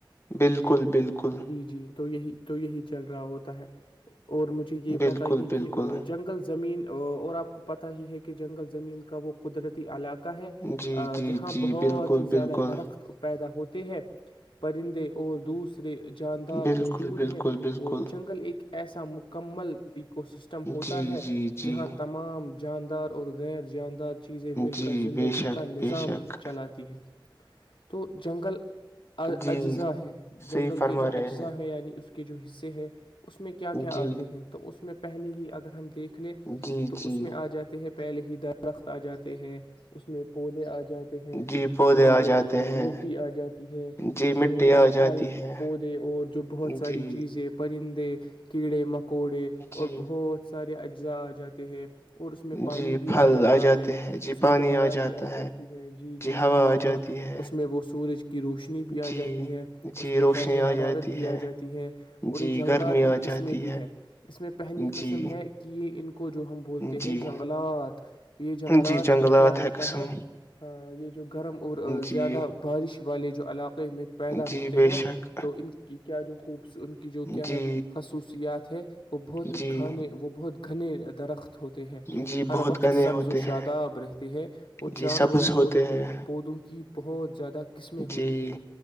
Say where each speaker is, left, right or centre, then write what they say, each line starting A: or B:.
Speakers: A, on the left; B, on the left.
A: بالکل بالکل
B: جی تو یہی تو یہی چل رہا ہوتا ہے اور مجھے یہ
A: بالکل
B: بتائیے
A: بالکل
B: کہ جنگل زمین اور آپ کو پتا ہی ہے کہ جنگل زمین کا وہ قدرتی علاق ہے
A: جی جی
B: جہاں
A: جی
B: بہت
A: بالکل
B: ہی
A: بالکل
B: زیادہ درخت پیدا ہوتا ہیں پرندے اور دوسر جاندار
A: بالکل
B: موجود
A: بالکل
B: ہیں
A: بالکل
B: اور جنگل ایک ایسا مکمل ایکو سسٹم ہوتا
A: جی
B: ہے
A: جی
B: جہاں
A: جی
B: تمام شاندار اور غیر جاندار چیزیں مل
A: جی
B: کر زندگی
A: بے شک
B: کا نظام
A: بے شک
B: چلاتی ہیں تو جنگل
A: جی
B: اجزاء ہے
A: صحیح
B: جنگل
A: فرما
B: کے جو
A: رہے
B: اجزاء ہیں یعنی اس کے کے جو حصے ہیں اس میں کیا کیا
A: جی
B: آتے ہیں تو اس میں پ پہلے ہی اگر ہم دیکھ لیں
A: جی
B: تو
A: جی
B: اس میں آ جاتے ہیں پ پہل ہی دار درخت آ جاتے ہیں اس میں پودے آ جاتے ہیں
A: جی پودے
B: اس میں
A: آ
B: جو
A: جاتے ہیں
B: مٹی آ جاتی ہے
A: جی
B: اس
A: مٹی
B: میں جو
A: آ
B: ہے
A: جاتی
B: پھل
A: ہے
B: پودے اور جو بہت ساری
A: جی
B: چیزیں پرندے کیڑے مک پکوڑے
A: جی
B: اور بہت سارے اجزاء آ جاتے ہیں اور اس میں پانی
A: جی
B: بھی
A: پھل
B: آ جاتا
A: جاتے
B: ہے
A: ہیں جی
B: اس
A: پانی
B: میں جو ہوا
A: جاتا
B: بھی آ جاتی ہے جی جی
A: ہوا
B: جی ہاں
A: آ جاتی ہے
B: اس میں وہ سورج کی روشنی بھی آ
A: جی
B: جاتی ہے اس
A: جی
B: میں
A: روشنی
B: درجہ
A: آ
B: حرارت
A: جاتی
B: بھی
A: ہے
B: آ جاتی ہے اور
A: جی
B: اس جنگلات
A: گرمی آ
B: کی قسمیں
A: جاتی
B: بھی ہے اس میں پہلی قسم
A: جی
B: ہے کہ ان کو جو ہم بولتے
A: جی
B: ہیں جنگلات جنگلات
A: جی جنگلات
B: میں کیا ہوتا
A: قسم
B: ہے ہ یہ جو گرم اور زیادہ
A: جی
B: بارش والے جو علاقہ میں پیدا
A: جی
B: ہوتے
A: بے
B: ہیں
A: شک
B: تو ان کی کیا جو خوب ان کی جو کیا
A: جی
B: ہے خصوصیات ہے وہ بہت
A: جی
B: گھنے وہ بہت گھنے درخت ہوتے ہیں
A: جی
B: ہر
A: بہت
B: وقت
A: گنے
B: سبز
A: ہوتے
B: و شاداب
A: ہیں
B: رہتے ہیں اور جانوروں
A: جی سبز ہوتے
B: اور
A: ہیں
B: پودوں کی بہوج زیادہ قسمیں ہوتی
A: جی
B: ہیں